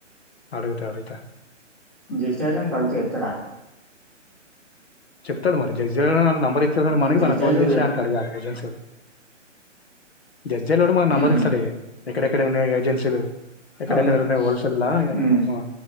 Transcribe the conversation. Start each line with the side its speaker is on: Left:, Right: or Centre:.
Left: అడుగుత అడుగుతా
Centre: జస్ట్ డయల్ ఓనికి అడుగుతే చెప్తడా
Left: చెప్తడు మరి జస్ట్ డయల్ ఒడు నంబర్ ఇచ్చి ఉన్నడు
Centre: మ్మ్
Left: మనకి
Centre: జస్ట్
Left: మనం
Centre: డైల్
Left: ఫోన్ చేసి
Centre: కూడా చెప్
Left: ఆనికి అడగాలె ఏజెన్సీ ఓనికి జస్ట్ డయల్ లోడు మనకు నంబర్
Centre: మ్మ్ హ్మ్
Left: ఇస్తడే ఎక్కడెక్కడ ఉన్నయో ఏజెన్సీలు ఎక్కడెక్కడ
Centre: అవును
Left: ఉన్నయి హోల్సేల్లా ఇగ
Centre: మ్మ్
Left: ఉమ్